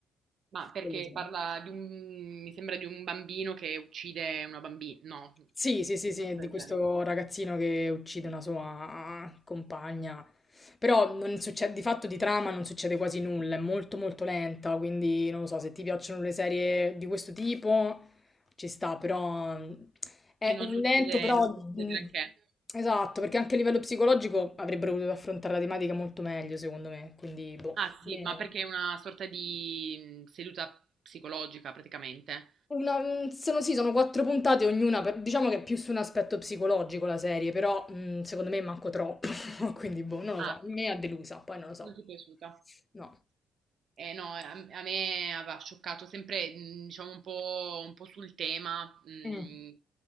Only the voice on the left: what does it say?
quello sì.
Sì, sì, sì, sì,
di
questo
ragazzino che uccide una sua compagna. Però non succede, di fatto di trama non succede quasi nulla, è molto molto lenta, quindi non lo so, se ti piacciono le serie di questo tipo ci sta, però mm, è
un
lento, però
mm,
esatto, perché anche a livello psicologico avrebbero potuto affrontare la tematica molto meglio, secondo me, quindi boh,
a me...
Una, mm, sono sì, sono quattro puntate ognuna, per- diciamo che è più su un aspetto psicologico la serie, però mh, secondo me manco troppo, <laughs> quindi boh, non lo
so, mi ha delusa, poi non lo so.
No.
Mm.